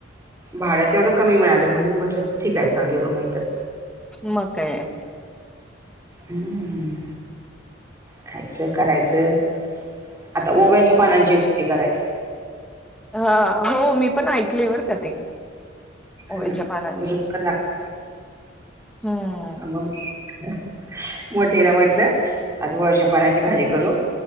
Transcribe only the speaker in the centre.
मग काय
हा हो मी पण ऐकलेय बरं का ते ओवाच्या
पानांची
हम्म